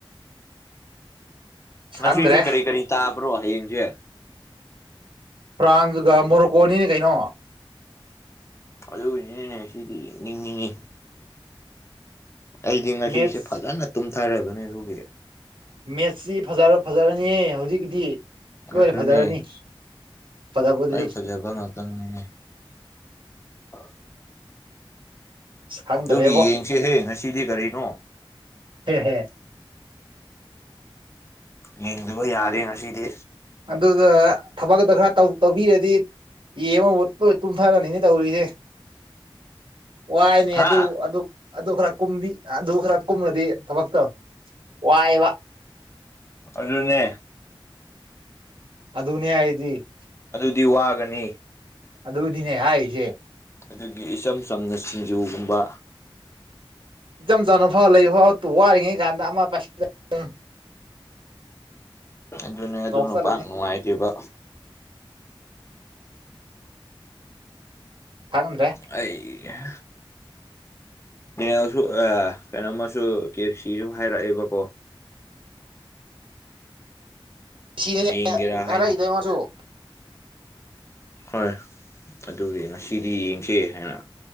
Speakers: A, on the right; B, on the left.
A: ꯈꯪꯗ꯭ꯔꯦ
B: ꯉꯁꯤꯁꯦ ꯀꯔꯤ ꯀꯔꯤ ꯇꯥꯕ꯭ꯔꯣ ꯍꯌꯦꯡꯁꯦ꯫
A: ꯐ꯭ꯔꯥꯟꯁꯒ ꯃꯣꯔꯣꯀꯣꯅꯤꯅꯦ ꯀꯩꯅꯣ꯫
B: ꯑꯗꯨꯅꯦꯅꯦ ꯉꯁꯤꯗꯤ ꯌꯦꯡꯅꯤꯡꯉꯤꯍꯦ꯫ ꯑꯩꯗꯤ ꯉꯁꯤꯁꯦ
A: ꯃꯦꯠꯁ
B: ꯐꯖꯅ ꯇꯨꯝꯊꯔꯕꯅꯦ ꯑꯗꯨꯒꯤ
A: ꯃꯦꯠꯁꯤ ꯐꯖ ꯐꯖꯔꯅꯤ ꯍꯧꯖꯤꯛꯀꯤꯗꯤ
B: ꯑꯗꯨꯅꯦ
A: ꯂꯣꯏꯅ ꯐꯖꯔꯅꯤ꯫ ꯐꯖꯕꯗꯨꯗꯤ
B: <unintelligible> ꯐꯖꯕ ꯉꯥꯛꯇꯅꯤꯅꯦ꯫ <inaudible>
A: ꯑꯁ ꯈꯪꯗ꯭ꯔꯦꯕꯣ
B: ꯑꯗꯨꯒꯤ ꯌꯦꯡꯁꯦꯍꯦ ꯉꯁꯤꯗꯤ ꯀꯔꯤꯅꯣ꯫
A: <unintelligible>
B: ꯌꯦꯡꯗꯕ ꯌꯥꯗꯦ ꯉꯁꯤꯗꯤ꯫
A: ꯑꯗꯨꯒ ꯊꯕꯛꯗ ꯈꯔ ꯇꯧꯕꯤꯔꯗꯤ ꯌꯦꯡꯕ ꯍꯧꯔꯛꯄꯒ ꯇꯨꯝꯊꯔꯅꯤꯅꯦ ꯇꯧꯔꯤꯁꯦ ꯋꯥꯏꯅꯦ
B: ꯍꯥ
A: ꯑꯗꯨ ꯑꯗꯨ ꯑꯗꯨ ꯈꯔ ꯀꯨꯝꯕꯤ ꯑꯗꯨ ꯈꯔ ꯀꯨꯝꯅꯗꯤ ꯊꯕꯛꯇ ꯋꯥꯏꯕ꯫
B: ꯑꯗꯨꯅꯦ꯫
A: ꯑꯗꯨꯅꯦ ꯍꯥꯏꯗꯤ
B: ꯑꯗꯨꯗꯤ ꯋꯥꯒꯅꯤ꯫
A: ꯑꯗꯨꯗꯤꯅꯦ ꯍꯥꯏꯔꯤꯖꯦ꯫
B: ꯑꯗꯒꯤ ꯏꯆꯝ ꯆꯝꯅ ꯁꯤꯡꯖꯨꯒꯨꯝꯕ
A: ꯏꯆꯝ ꯆꯅ ꯐꯥꯎ ꯂꯩ ꯐꯥꯎ ꯇ ꯋꯥꯔꯤꯔꯤꯉꯩ ꯀꯥꯟꯗ ꯑꯃ ꯄꯥꯏꯁꯤꯜꯂꯛꯀꯅꯨ
B: ꯑꯗꯨꯅꯦ ꯑꯗꯨ
A: ꯅꯣꯛ ꯆꯠꯂꯅꯤ
B: ꯄꯥꯛ ꯅꯨꯡꯉꯥꯏꯗꯣꯏꯕ꯫
A: ꯈꯪꯗ꯭ꯔꯦ꯫
B: ꯑꯩ <unintelligible> <unintelligible> ꯀꯩꯅꯣꯃꯁꯨ ꯀꯦꯞ ꯁꯤꯁꯨ ꯍꯥꯏꯔꯛꯑꯦꯕꯀꯣ
A: <unintelligible>
B: ꯌꯦꯡꯒꯦꯔꯥ ꯍꯥꯏꯅ
A: ꯃꯁꯨ
B: ꯍꯣꯏ ꯑꯗꯨꯒꯤ ꯉꯁꯤꯗꯤ ꯌꯦꯡꯁꯦ ꯍꯥꯏꯅ